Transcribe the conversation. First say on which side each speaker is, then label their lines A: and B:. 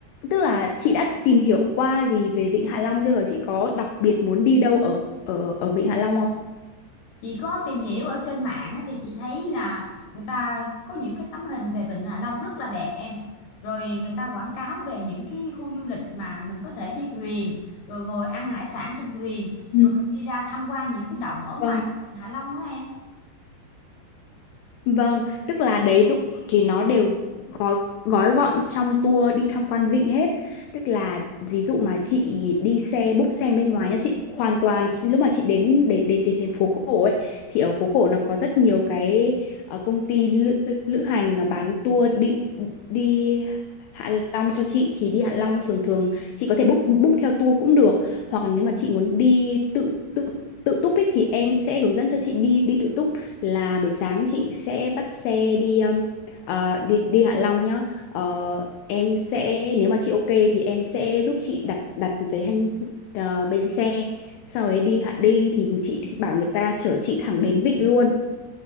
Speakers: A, on the left (about 85°); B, on the left (about 70°).
A: tức là chị đã tìm hiểu qua gì về Vịnh Hạ Long chưa và chị có đặc biệt muốn đi đâu ở ở ở Vịnh Hạ Long không?
B: chị có tìm hiểu ở trên mạng á, thì chị thấy là người ta có những cái tấm hình về Vịnh Hạ Long rất là đẹp em rồi người ta quảng cáo về những cái khu du lịch mà mình có thể đi thuyền rồi ngồi ăn hải sản trên thuyền
A: Ừ,
B: rồi mình đi ra tham quan những cái động ở ngoài
A: Vâng.
B: Vịnh Hạ Long đó em
A: Vâng, tức là đấy đúng thì nó đều gói gói gọn trong tour đi tham quan vịnh hết tức là ví dụ mà chị đi xe búc xe bên ngoài nha chị hoàn toàn lúc mà chị đến đến đến đến, đến phố cổ ấy thì ở phố cổ nó có rất nhiều cái ờ, công ty lữ, lữ hành nó bán tour đi đi Hạ Long cho chị thì đi Hạ Long thường thường chị có thể book book theo tour cũng được hoặc là nếu mà chị muốn đi tự tự tự túc ấy thì em sẽ hướng dẫn cho chị đi đi tự túc là buổi sáng chị sẽ bắt xe đi Ờ, đi đi Hạ Long nhá. Ờ, em sẽ nếu mà chị ok thì em sẽ giúp chị đặt đặt cái hành ờ, bến xe. Sau ấy đi Hạ đi thì chị bảo người ta chở chị thẳng đến Vịnh luôn,